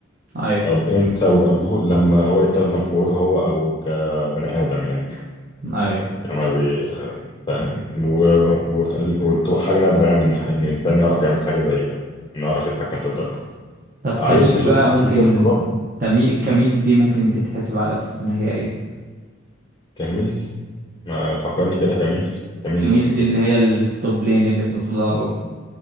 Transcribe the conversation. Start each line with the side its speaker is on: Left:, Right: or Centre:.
Right: ايوه
Left: طب امتى ببقى بلو لما هو يستخدم قوته هو او كبني ادم يعني
Right: ايوه
Left: لما بي... فاهم و... و... وبتبقى حاجه نادره يعني ان ان انسان يعرف يعمل حاجه زي كده انه يعرف يتحكم في الدارك
Right: طب
Left: عايز
Right: كميل
Left: تشوف
Right: بقى
Left: حق...
Right: ممكن
Left: في قصه برضه
Right: تمي... كميل دي ممكن تتحسب على اساس ان هي ايه
Left: كميل ما فكرني كده كميل كميل
Right: كميل
Left: دي كانت
Right: دي
Left: ايه
Right: اللي هي اللي في التوب لين اللي بتقدر